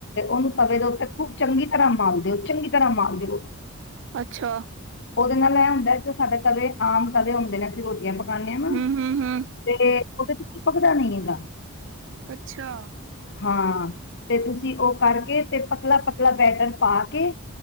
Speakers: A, on the left (about 50°); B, on the right (about 55°).
A: ਉਹਨੂੰ ਪਵੇ ਦਿ ਉਤੇ ਖੂਬ ਚੰਗੀ ਤਰ੍ਹਾਂ ਮਾਲ ਦਿਓ ਚੰਗੀ ਤਰ੍ਹਾਂ ਮਾਲ ਦਿਓ
B: ਅੱਛਾ
A: ਉਹਦੇ ਨਾਲ ਇਹ ਹੁੰਦਾ ਤੇ ਸਾਡੇ ਤਵੇ ਆਮ ਤਵੇ ਹੁੰਦੇ ਨੇ ਅਸੀਂ ਰੋਟੀ ਪਕਾਉਂੇ
B: ਹੂੰ,
A: ਆ ਵਾਂ
B: ਹੂੰ, ਹੂੰ
A: ਤੇ ਉਹਦੇ ਚਪਕਦਾ ਨ ਹੈਗਾ
B: ਅੱਛਾ,
A: ਹਾਂ ਤੇ ਤੁਸੀਂ ਉਹ ਕਰਕੇ ਤੇ ਪਤਲਾ ਪਤਲਾ ਬੈਟਰ ਪਾ ਕੇ